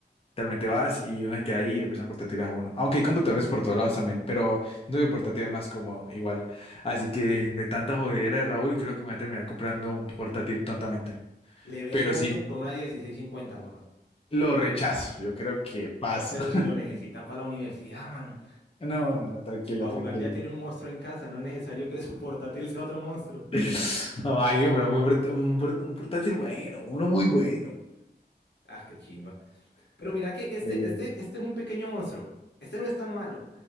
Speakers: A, on the left; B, on the left.
A: Realmente vas y uno se queda ahí y le prestan portátiles a uno. Aunque hay computadores por todos lados también, pero siento que el portátil es más cómodo, igual. Así que de tanta jodedera de Raúl, creo que me voy a terminar comprando un portátil tontamente.
B: Le vendo
A: Pero sí,
B: uno con una 1650, papá.
A: lo rechazo. Yo creo que paso.
B: Pero
A: <laughs>
B: si lo necesita para la universidad, mano.
A: No, no, no, tranquilo,
B: Para
A: tranquilo.
B: jugar ya tiene un monstruo en casa, no es necesario que <laughs> su portátil sea otro monstruo.
A: <laughs> No, hay que comprar un, buen port- un port- un portátil bueno, uno muy bueno.
B: Ah, qué chimba. Pero mira que este,
A: Oiga.
B: este, este es un pequeño monstruo. Este no es tan malo.